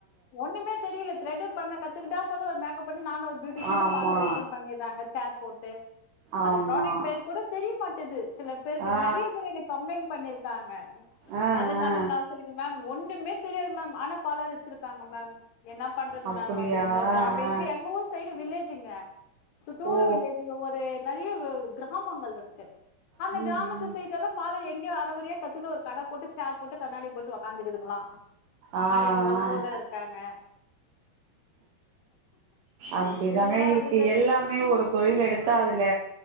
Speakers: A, on the left; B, on the right.
A: ஒண்ணுமே தெரில த்ரெட்டே பண்ண கத்துகிட்டா போது ஒரு மேக்கப் பண்ணி நானு பியூட்டிஷன்ட்டு
B: ஆமா
A: பார்லர் ஓபன் பண்ணிர்றாங்க சேர் போட்டு
B: ஆமா
A: அது ப்ராடக்ட் பேரு கூட தெரியமாட் குது சில பேருக்கு
B: ஆ
A: நறைய பேரு என்ன கம்ளெய்ன் பண்ணிருக்காங்க
B: ஆ
A: அதனால
B: ஆ
A: நா சொல்லிட்ட மேம் ஒன்னுமே தெரியாது மேம் ஆனா பாலர் வச்சிருக்காங்க மேம் என்னா பண்றது
B: அப்டியா
A: மேம் அப்படின்றது
B: ஆ ஆ
A: இது எங்க ஊர் சைடு வில்லேஜுங்க சுத்தூர
B: ஓ
A: வில்லேஜு ஒரு நறைய கிராமங்கள் இருக்கு அந்த
B: ம்
A: கிராமத்து
B: ம்
A: சைடெல்லா பால எங்கயோ அரகுறையா கத்துனு ஒரு கட போட்டு சேர் போட்டு கண்ணாடி போட்டு ஒக் காந்துக்துங்களா
B: ஆ
A: அப்படின்றா போல
B: ஆ
A: இருக்காங்க
B: அப்டிதாங்க
A: எல்லா
B: இருக்கு
A: அப்டிதா
B: எல்லாமே ஒரு தொழில் எடுத்தா அத இல்ல